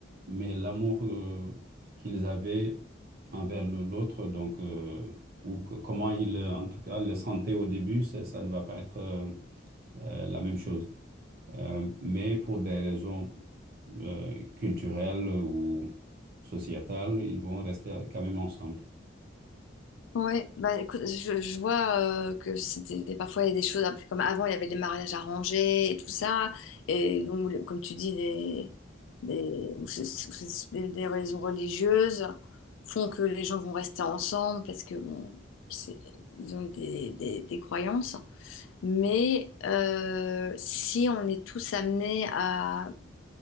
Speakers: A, on the right; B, on the left.
A: mais l'amour euh, qu'ils avaient envers le- l'autre, donc, euh, ou que- comment ils, euh, en tout cas, le sentaient au début, ça, ça ne va pas être euh, euh, la même chose. Euh, mais pour des raisons euh, culturelles ou sociétales, ils vont rester quand même ensemble.
B: Ouais, bah écoute, je, je vois euh, que c'était parfois il y a des choses après, comme avant il y avait des mariages arrangés et tout ça et donc le- comme tu dis des des, ou c'est- ou c'est- des, des raisons religieuses font que les gens vont rester ensemble parce que bon c'est- ils ont des, des, des croyances mais euh, si on est tous amenés à